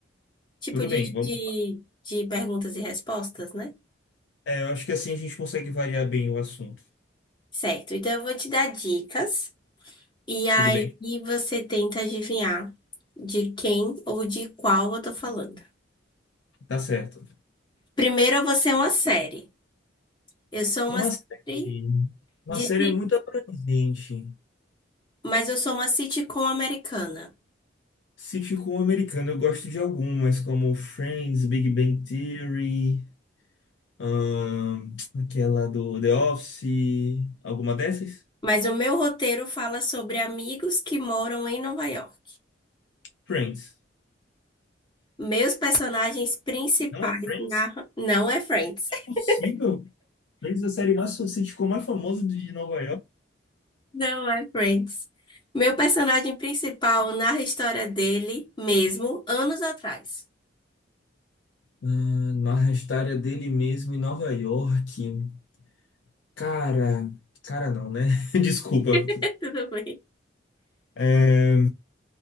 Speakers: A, on the left; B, on the left.
A: Tipo
B: Tudo
A: de,
B: bem, vamos.
A: de, de perguntas e respostas, né?
B: É, eu acho que assim a gente consegue variar bem o assunto.
A: Certo. Então, eu vou te dar dicas. E aí,
B: Tudo bem,
A: você tenta adivinhar de quem ou de qual eu tô falando.
B: tá certo.
A: Primeiro, eu vou ser uma série. Eu sou
B: Uma
A: uma série
B: série. Uma
A: de.
B: série
A: sit-
B: é muito abrangente.
A: Mas eu sou uma sitcom americana.
B: Sitcom americano, eu gosto de algumas, como Friends, Big Bang Theory, ahn, aquela do The Office, alguma dessas?
A: Mas o meu roteiro fala sobre amigos que moram em Nova York.
B: Friends.
A: Meus personagens principais
B: Não é Friends?
A: narram. Não é Friends. <laughs>
B: Não é possível? Talvez a série mais o sitcom mais famoso de Nova York.
A: Não é Friends. Meu personagem principal narra a história dele mesmo, anos atrás.
B: Ah, narra a história dele mesmo em Nova York. Cara, cara não, né? <laughs> Desculpa.
A: <laughs> Tudo bem?
B: É,